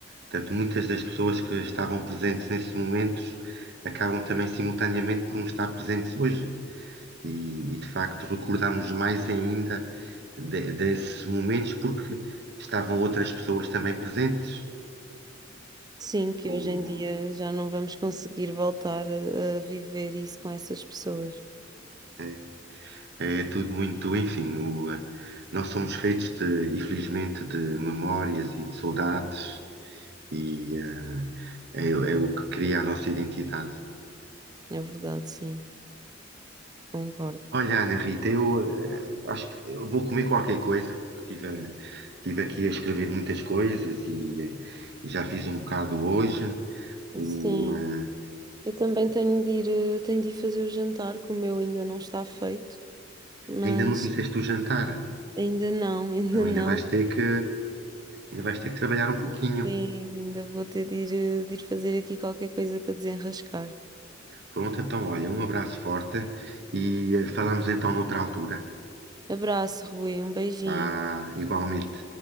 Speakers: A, on the right (about 60°); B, on the right (about 20°).
A: Portanto, muitas das pessoas que estavam presentes nesses momentos acabam também simultaneamente por não estar presentes hoje. E, e, de facto recordamos mais ainda de- desses momentos porque estavam outras pessoas também presentes.
B: Sim, que
A: O,
B: hoje em dia já não vamos conseguir voltar a, a viver isso com essas pessoas.
A: é, é tudo muito, enfim, o, eh, nós somos feitos de, infelizmente, de memórias e de saudades e eh, é, é o que cria a nossa identidade.
B: É verdade, sim, concordo.
A: Olha, Ana Rita, eu eh, acho que eu vou comer qualquer coisa, porque estive tive a- tive aqui a escrever muitas coisas e, eh, e já fiz um bocado hoje. O,
B: Sim,
A: eh,
B: eu também tenho de ir, eh, tenho de ir fazer o jantar, que o meu ainda não está feito, mas
A: ainda não fizeste o jantar,
B: ainda não, <laughs> ainda
A: então ainda
B: não.
A: vais ter que, ainda vais ter que trabalhar um pouquinho.
B: Sim, ainda vou ter de ir, eh, de ir fazer aqui qualquer coisa para desenrascar.
A: Pronto, então olha, um abraço forte e eh, falamos então noutra altura.
B: Abraço, Rui. Um beijinho.
A: Vá, igualmente.